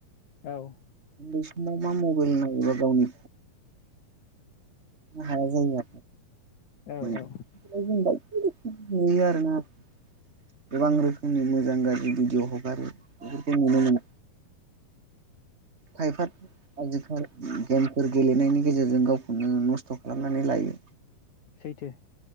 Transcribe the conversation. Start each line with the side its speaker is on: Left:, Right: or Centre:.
Left: औ
Right: बै समाव मा मबाइल नायोबा गावनि हाया जायो
Left: औ औ
Right: आरोना <unintelligible> गोबां रोखोमनि मोजां गाज्रि भिडिअ' हगारो बेफोरखौ नुनो मोनो खायफा आजिखालि गेमफोर गेलेनायनि गेजेरजों गावखौनो नस्थ' खालामनानै लायो
Left: सैथो